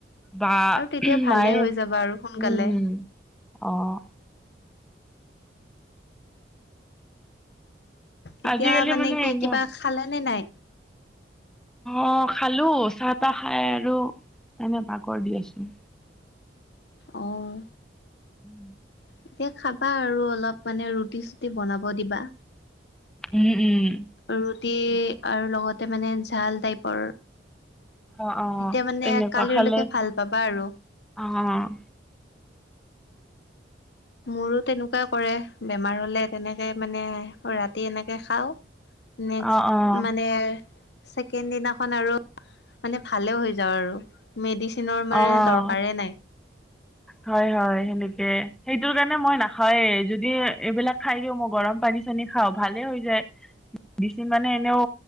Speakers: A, in the centre; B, on the left (about 65°).
A: বা
B: আৰু তেতিয়া ভালে
A: মায়ে
B: হৈ যাবা আৰু সোনকালে।
A: উম, উম, অ'।
B: এতিয়া
A: আজিকালি
B: মানে কি,
A: এনে
B: কিবা খালে নে নাই?
A: অ', খালোঁ, চাহ-তাহ খাই আৰু এনে বাগৰি আছোঁ।
B: অঁ।
A: ওম <unintelligible>
B: এতিয়া, খাবা আৰু অলপ, মানে ৰুটি-চুটি বনাব দিবা।
A: উম, উম।
B: ৰুটি, আৰু লগতে মানে ঝাল টাইপৰ
A: অ', অ',
B: তেতিয়া মানে,
A: তেনেকুৱা
B: কালিলৈকে
A: খালে
B: ভাল পাবা আৰু।
A: অ'।
B: মোৰো তেনেকুৱাই কৰে, বেমাৰ হ'লে তেনেকে মানে ৰাতি এনেকে খাওঁ নেক্সট,
A: অ', অ',
B: মানে ছেকেণ্ড দিনাখন আৰু, মানে ভালে হৈ যাওঁ আৰু। মেডিচিনৰ মানে
A: অ',
B: দৰকাৰে নাই।
A: হয়, হয়, সেনেকে সেইটোৰ কাৰণে মই নাখাওঁৱে, যদি এইবিলাক খাই দিওঁ, মই গৰম পানী খাওঁ ভালে হৈ যায়। বছি মানে এনেও,